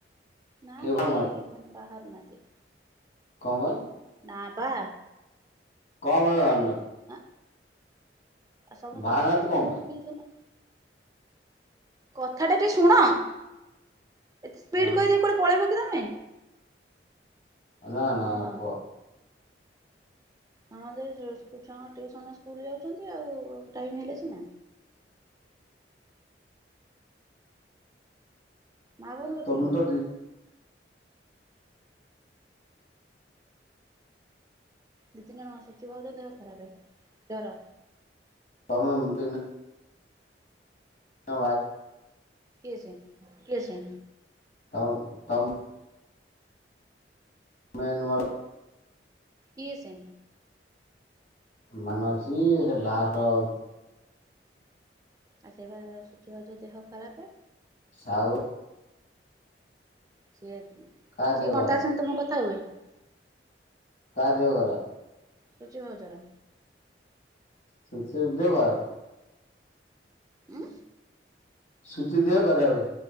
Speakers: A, on the right; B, on the left.
A: ନା
B: କିଏ
A: କେହି
B: ଭାବୁନାହାନ୍ତି
A: ମାନେ ବାହାରୁ ନାହାନ୍ତି।
B: କମାଇ।
A: ନା ପା।
B: କଣ ପାଇଁନ <unintelligible>
A: ଆ ସମସ୍ତଙ୍କ
B: ଭାବୁନାହାନ୍ତି କଣ
A: <unintelligible> କଥା ଟା ଟେ ଶୁଣ ଏତେ ସ୍ପିଡ
B: ପାଇଁ?
A: କହିଦେଇି କୁଟେ ପଳେଇବ କି ତମେ?
B: ଆଲା
A: ହଁ
B: ନା କହ
A: ସମଛ ଟୁସନ ସ୍କୁଲ ଯାଉଛନ୍ତି ଆଉ ଟାଇମ ହେଲେ ସିନା ମା କଣ କଥିଲେ
B: ତମେ ତ
A: <inaudible>
B: ଦି
A: ଦୁଇ ତିନି ଜଣ ଆସୁଛି ଭଲ ଦେହ ଖରାପ ଜର।
B: ତମ ତ ଜ <inaudible>
A: କିଏ ସେ କିଏ ସେ?
B: ଉତ୍ ତମ ଉତ୍ତମ <inaudible> ମ୍ୟନ୍ମାର <inaudible>
A: କିଏ ସେ?
B: ମାନ ଅଛି ଲା <unintelligible>
A: ଆ ସେଇ ସୂର୍ଯ୍ୟବାଜ ଦେହ ଖରାପୁଏ
B: ସାଉ
A: ସିଏ
B: କାହା
A: ସିଏ
B: ଦେହ
A: କଣ
B: ଖରାପ
A: ତା ସାଙ୍ଗେ ତମେ କଥା ହେବନି?
B: କା ଦେହ ଖରାପ?
A: ସୂଚିବାଚର
B: ସଚି <unintelligible>
A: ହଁ
B: ସୂଚି ଦେହ କରାବ